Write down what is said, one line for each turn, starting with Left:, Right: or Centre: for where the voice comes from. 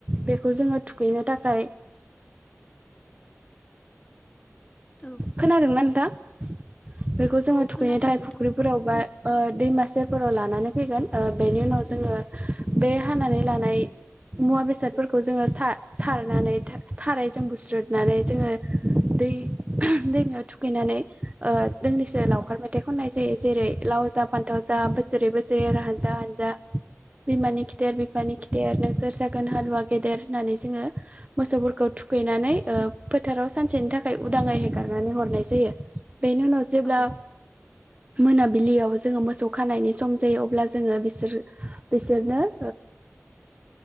Right: बेखौ जोङो थुखैनो थाखाय
Left: औ
Right: खोनादोंना नोंथां बेखौ जोङो
Left: औ
Right: थुखैनो
Left: खोनादों
Right: थाखाय
Left: नोंथां
Right: फुख्रिफोराव बा दैमासेफोराव लानानै फैगोन बेनि उनाव जोङो बे हानानै लानाय मुवा बेसादफोरखौ जोङो सारनानै सारायजों गुस्रुदनानै जोङो दै दैमायाव थुखैनानै दोंनैसो लावखार मेथाइ खननाय जायो जेरै लाव जा फानथाव जा बोसोरै बोसोरै आरो हानजा हानजा बिमानि खिदेर बिफानि खिदेर नोंसोर जागोन हालुवा गेदेर होननानै जोङो मोसौफोरखौ थुखैनानै ओ फोथाराव सानसेनि थाखाय उदाङै हेगारनानै हरनाय जायो बेनि उनाव जेब्ला
Left: औ
Right: मोनाबिलियाव जोङो मोसौ खानायनि सम जायो अब्ला जोङो बिसोर बिसोरनो <unintelligible>